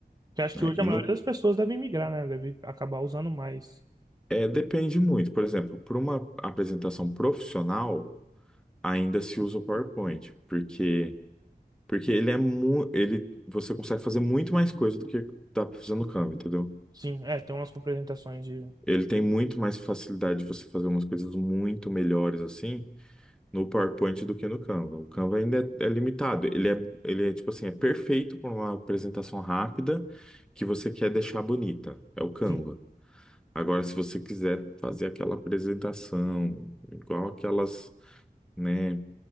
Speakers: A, on the right; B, in the centre.
A: Que acho
B: né?
A: que hoje
B: E
A: a maioria
B: no
A: das pessoas deve migrar, né? Deve acabar usando mais.
B: é, depende muito. Por exemplo, para uma apresentação profissional, ainda se usa o PowerPoint, porque Porque ele é mu ele você consegue fazer muito mais coisa do que tá fazendo no Canva, entendeu?
A: Sim, é, tem umas representações de.
B: Ele tem muito mais facilidade de você fazer umas coisas muito melhores assim no PowerPoint do que no Canva. O Canva ainda é, é limitado. Ele é ele é tipo assim, é perfeito para uma apresentação rápida que você quer deixar bonita. É o Canva.
A: Sim,
B: Agora, se você quiser fazer aquela apresentação igual aquelas, né,